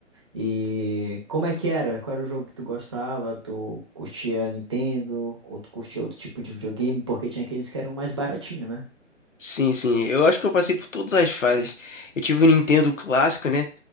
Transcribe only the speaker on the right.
E como é que era? Qual era o jogo que tu gostava? Tu curtia Nintendo? Ou tu curtia outro tipo de videogame? Porque tinha aqueles que eram mais baratinho, né?